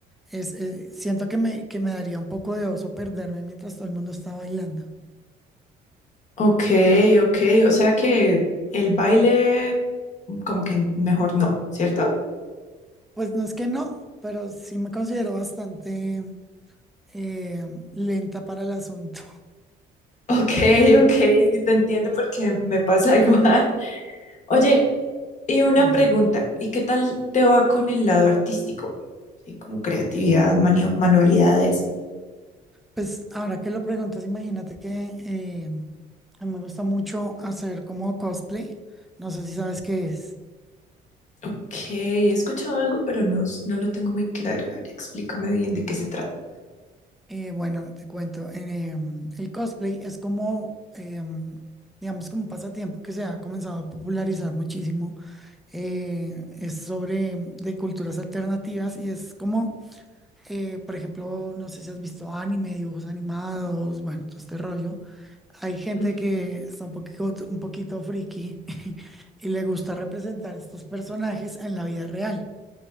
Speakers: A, in the centre; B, on the left.
A: es, eh, siento que me, que me daría un poco de oso perderme mientras todo el mundo está bailando.
B: Ok, ok, o sea que el baile como que mejor no, ¿cierto?
A: Pues no es que no, pero sí me considero bastante eh, lenta para el asunto.
B: Ok, ok, sí te entiendo porque me pasa igual. <laughs> Oye, y una
A: <laughs> Dime.
B: pregunta, ¿y qué tal te va con el lado artístico? Sí, como creatividad, manio- manualidades.
A: Pues ahora que lo preguntas, imagínate que eh, a mí me gusta mucho hacer como cosplay. No sé si sabes qué es.
B: Ok, he escuchado algo, pero no, s- no lo tengo muy claro. A ver, explícame bien de qué se trata.
A: Eh, bueno, te cuento, en, em, el cosplay es como, em, digamos, como un pasatiempo que se ha comenzado a popularizar muchísimo. Eh, es sobre em, de culturas alternativas y es como, eh, por ejemplo, no sé si has visto anime, dibujos animados, bueno, todo este rollo. Hay gente
B: Ujú.
A: que está un poquito, un poquito friki <laughs> y le gusta representar estos personajes en la vida real.